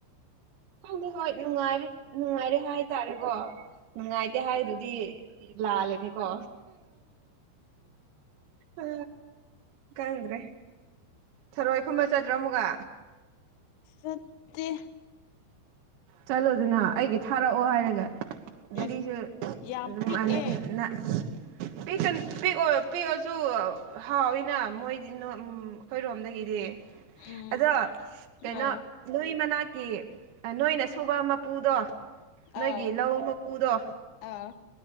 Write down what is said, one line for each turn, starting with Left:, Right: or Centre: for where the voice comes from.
Right: ꯈꯪꯗꯤ ꯍꯣꯏꯅꯨꯡꯉꯥꯏ ꯅꯨꯡꯉꯥꯏꯔꯦ ꯍꯥꯏꯇꯥꯔꯦꯀꯣ ꯅꯨꯡꯉꯥꯏꯇꯦ ꯍꯥꯏꯗꯨꯗꯤ ꯂ ꯂꯩꯦꯅꯤ ꯀꯣ ꯑ ꯈꯪꯗ꯭ꯔꯦ ꯊꯔꯣꯏ ꯈꯨꯝꯕ ꯆꯠꯇ꯭ꯔꯥ ꯑꯃꯨꯒ
Left: ꯁꯠꯇ
Right: ꯆꯂꯣ ꯑꯗꯨꯅ ꯍꯥꯏ ꯊꯥꯔꯛꯑꯣ ꯍꯥꯏꯔꯒ ꯒꯥꯔꯤꯁꯨ
Left: ꯏꯁ ꯌꯥꯝ ꯄꯤꯛꯑꯦ
Right: ꯑꯗꯨꯝ ꯄꯤꯛꯇ ꯄꯤ ꯄꯤꯛꯑꯁꯨ ꯍꯥꯎꯋꯤꯅ ꯃꯣꯏꯗꯤ ꯑꯩꯈꯣꯏꯔꯣꯝꯗꯒꯤ
Left: ꯎꯝ
Right: ꯑꯗꯣ ꯀꯩꯅꯣ
Left: ꯑꯥ
Right: ꯅꯣꯏ ꯃꯅꯥꯛꯀꯤ ꯅꯣꯏꯅ ꯁ ꯊꯨꯕ ꯃꯄꯨꯗꯣ ꯅꯣꯏꯒꯤ
Left: ꯑꯥꯎ
Right: ꯂꯧ ꯃꯄꯨꯗꯣ
Left: ꯑꯥ